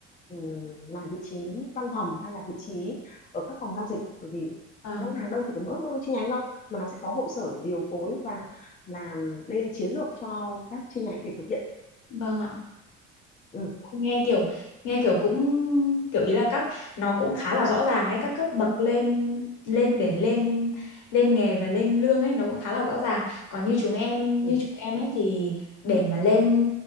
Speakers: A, on the left; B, on the left.
A: ừm, làm vị trí văn phòng hay là vị trí ở các phòng giao dịch bởi vì
B: vâng,
A: ngân hàng đâu chỉ có mỗi chi nhánh đâu mà nó sẽ có hội sở để điều phối và làm bên chiến lược cho các chi nhánh để thực hiện
B: vâng ạ.
A: ừ
B: nghe kiểu nghe kiểu cũng kiểu ý là các nó cũng khá là rõ ràng ấy các cấp bậc lên lên để lên lên nghề và lên lương ấy nó cũng khá là rõ ràng còn như chúng em như
A: ừ
B: chúng em ấy thì để mà lên